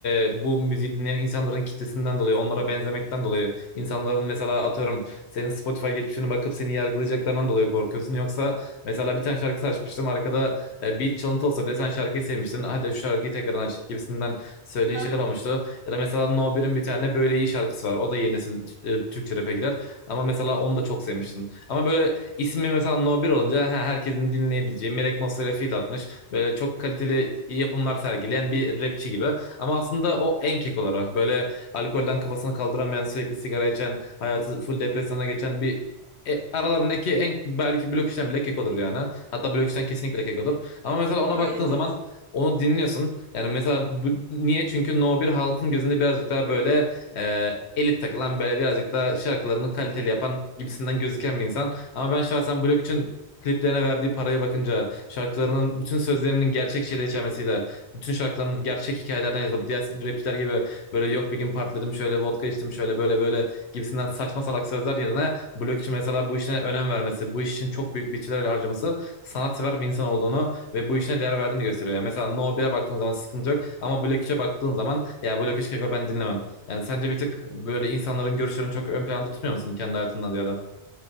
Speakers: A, on the left; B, on the right.
A: e, bu müziği dinleyen insanların kitlesinden dolayı, onlara benzemekten dolayı, insanların mesela atıyorum senin Spotify geçmişine bakıp seni yargılayacaklarından dolayı korkuyorsun. Yoksa mesela bir tane şarkı açmıştım. Arkada e, beat çalıntı olsa bile sen şarkıyı sevmiştin. Hadi şu şarkıyı tekrar aç gibisinden söylediğin
B: Ha,
A: şeyler olmuştu. Ya da mesela No Bir'in bir tane böyle iyi şarkısı var. O da yeni nesil e, Türkçe rap'e girer. Ama mesela onu da çok sevmiştin. Ama böyle ismi mesela No Bir olunca he, herkesin dinleyebileceği Melek Mossa ile feat atmış. Böyle çok kaliteli yapımlar sergileyen bir rapçi gibi. Ama aslında o en kekoları. Böyle alkolden kafasını kaldıramayan, sürekli sigara içen, hayatı full depresyona geçen bir e, aralarındaki en belki blok işten bile kekodur yani. Hatta blok işten kesinlikle kekodur. Ama mesela ona
B: yo
A: baktığın
B: evet
A: zaman
B: evet.
A: onu dinliyorsun. Yani mesela bu- niye? Çünkü No bir halkın gözünde birazcık daha böyle e, elit takılan böyle birazcık daha şarkılarını kaliteli yapan gibisinden gözüken bir insan. Ama ben şahsen Blok için kliplerine verdiği paraya bakınca şarkılarının bütün sözlerinin gerçek şeyleri içermesiyle bütün şarkıların gerçek hikayelerden yazılıp diğer rapçiler gibi böyle yok bir gün partiledim şöyle vodka içtim şöyle böyle böyle gibisinden saçma salak sözler yerine Blok için mesela bu işine önem vermesi bu iş için çok büyük bütçeler harcaması sanatsever bir insan olduğunu ve bu işine değer verdiğini gösteriyor. Yani mesela No 1'e baktığın zaman sıkıntı yok. Ama Black 3'e baktığın zaman ya Black 3 Keko ben dinlemem. Yani sence bir tık böyle insanların görüşlerini çok ön planda tutmuyor musun kendi hayatından ziyade?